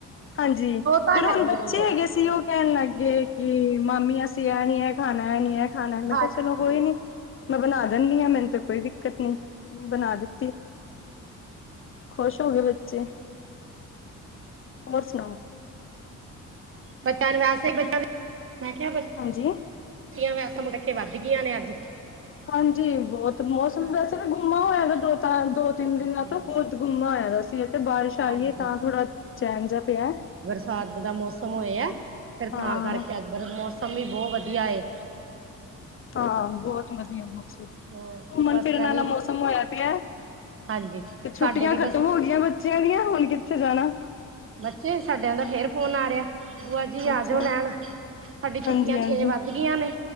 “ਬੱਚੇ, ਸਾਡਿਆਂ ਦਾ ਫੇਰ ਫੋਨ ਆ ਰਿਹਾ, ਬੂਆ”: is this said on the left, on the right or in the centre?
Right